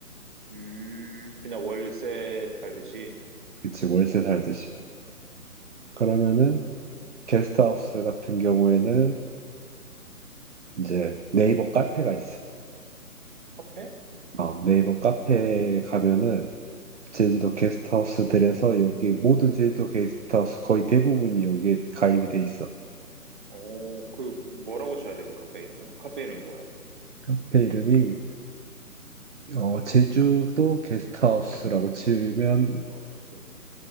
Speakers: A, on the right; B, on the right.
A: 음, 그냥 월세 살듯이.
B: 그치, 월세 살듯이. 그러면은 게스트하우스 같은 경우에는 이제 네이버 카페가 있어.
A: 카페?
B: 어, 네이버 카페에
A: 어,
B: 가면은 제주도 게스트하우스들에서 여기 모든 제주도 게스트하우스 거의 대부분이 여기에 가입이 돼 있어.
A: 어, 그 뭐라고 쳐야 돼, 그 카페 이름은? 카페 이름이 뭐야?
B: 카페 이름이 어, 제주도 게스트하우스라고
A: 제주도
B: 치면
A: 게스트하우스.